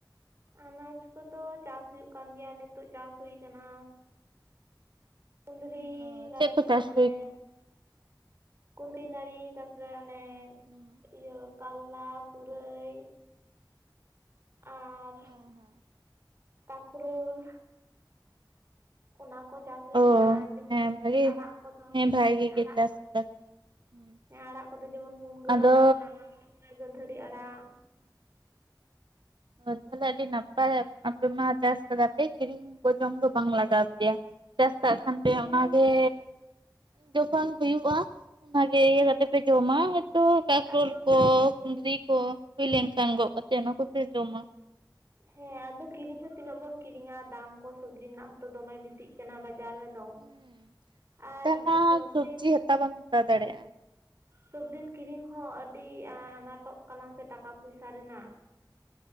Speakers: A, on the right; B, on the right.
A: ᱟᱱᱟᱡ ᱠᱚᱫᱚ ᱪᱟᱥ ᱦᱩᱭᱩᱜ ᱠᱟᱱ ᱜᱮᱭᱟ ᱱᱤᱛᱚᱜ ᱪᱟᱥ ᱦᱩᱭ ᱠᱟᱱᱟ᱾ ᱠᱩᱸᱫᱽᱨᱤ
B: ᱚ
A: ᱱᱟᱹᱲᱤ
B: ᱪᱮᱫ ᱠᱚ
A: ᱢᱮᱱᱟᱜᱼᱟ
B: ᱪᱟᱥ
A: ᱟᱨ <inaudible> ᱯᱚᱨᱮ
B: ᱦᱩᱭ ᱠᱟᱱᱟ
A: ᱠᱩᱸᱫᱽᱨᱤ ᱱᱟᱹᱲᱤ ᱛᱟᱯᱚᱨᱮ ᱚᱱᱮ
B: ᱦᱩᱸ
A: ᱤᱭᱟᱹ ᱠᱟᱨᱞᱟ ᱯᱩᱨᱟᱹᱭ, ᱟᱨ
B: ᱦᱮᱸ ᱦᱮᱸ
A: ᱛᱟᱠᱨᱩᱞ ᱚᱱᱟ ᱠᱚ ᱪᱟᱥ ᱦᱩᱭ
B: ᱚ
A: ᱠᱟᱱᱟ ᱟᱨ ᱡᱮᱢᱚᱱ
B: ᱦᱮᱸ ᱵᱷᱟᱜᱮ
A: ᱟᱲᱟᱜ ᱠᱚᱫᱚ
B: ᱦᱮᱸ ᱵᱷᱟᱜᱮ
A: ᱦᱩᱸ
B: ᱜᱮ
A: ᱟᱲᱟᱜ,
B: ᱪᱟᱥ ᱠᱟᱫᱟ ᱠᱚ ᱦᱩᱸ
A: ᱦᱮᱸ ᱟᱲᱟᱜ ᱠᱚᱫᱚ ᱡᱮᱢᱚᱱ ᱢᱩᱱᱜᱟᱹ
B: ᱟᱫᱚ
A: ᱟᱲᱟᱜ ᱢᱮᱱᱟᱜᱼᱟ ᱛᱟᱯᱚᱨᱮ ᱜᱟᱺᱫᱷᱟᱹᱨᱤ ᱟᱲᱟᱜ᱾
B: ᱦᱚ ᱛᱟᱦᱚᱞᱮ ᱟᱹᱰᱤ ᱱᱟᱯᱟᱭ ᱟᱯᱮ ᱢᱟ ᱪᱟᱥ ᱠᱟᱫᱟ ᱯᱮ ᱠᱤᱨᱤᱧ ᱠᱚ ᱡᱚᱢ ᱫᱚ ᱵᱟᱝ ᱞᱟᱜᱟᱣ ᱟᱯᱮᱭᱟ᱾ ᱪᱟᱥ ᱠᱟᱜ ᱠᱷᱟᱱ ᱯᱮ
A: ᱦᱮᱸ
B: ᱚᱱᱟᱜᱮ ᱡᱚᱠᱷᱚᱱ ᱦᱩᱭᱩᱜᱼᱟ ᱚᱱᱟ ᱜᱮ ᱤᱭᱟᱹ ᱠᱟᱛᱮ ᱯᱮ ᱡᱚᱢᱟ ᱦᱚᱭᱛᱚ ᱠᱟᱠᱨᱞ
A: ᱟᱫᱚ
B: ᱠᱚ ᱠᱩᱸᱫᱽᱨᱤ ᱠᱚ ᱦᱩᱭ ᱞᱮᱱ ᱠᱷᱟᱱ ᱜᱚᱜ ᱠᱟᱛᱮᱜ ᱚᱱᱟ ᱠᱚᱯᱮ ᱡᱚᱢᱟ᱾
A: ᱦᱮᱸ ᱟᱫᱚ ᱠᱤᱨᱤᱧ ᱦᱚᱸ ᱛᱤᱱᱟᱹᱜ ᱵᱚᱱ ᱠᱤᱨᱤᱧᱟ ᱫᱟᱢ ᱠᱚ ᱥᱚᱵᱽᱡᱤ ᱨᱮᱱᱟᱜ ᱦᱚᱸᱛᱚ ᱫᱚᱢᱮ ᱵᱤᱥᱤᱜ ᱠᱟᱱᱟ ᱵᱟᱡᱟᱨ ᱨᱮ ᱫᱚ
B: ᱦᱮᱸ ᱱᱮᱛᱟᱨ
A: ᱟᱨ
B: ᱢᱟ
A: ᱥᱚᱵᱫᱤᱱ,
B: ᱥᱚᱵᱽᱡᱤ ᱦᱟᱛᱟᱣ ᱵᱟᱢ ᱦᱟᱛᱟᱣ ᱫᱟᱲᱮᱭᱟᱜᱼᱟ᱾
A: ᱥᱚᱵᱫᱤᱱ ᱠᱤᱨᱤᱧ ᱦᱚᱸ ᱟᱹᱰᱤ ᱟᱱᱟᱴᱚᱜ ᱠᱟᱱᱟ ᱥᱮ ᱴᱟᱠᱟ ᱯᱚᱭᱥᱟ ᱨᱮᱱᱟᱜ